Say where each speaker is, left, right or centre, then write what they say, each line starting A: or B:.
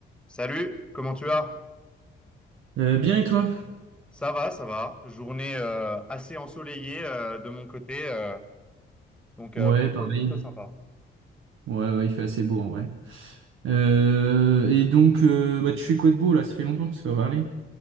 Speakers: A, in the centre; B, on the right (about 80°).
A: Salut, comment tu vas?
B: Euh, bien et toi?
A: Ça va, ça va. Journée euh, assez ensoleillée euh, de mon côté, euh, donc euh,
B: Ouais,
A: plutôt,
B: pareil.
A: plutôt sympa.
B: Ouais, ouais, il fait assez beau en vrai. Euh, et donc, euh, bah, tu fais quoi de beau là? Ça fait longtemps qu'on s'est pas parlé.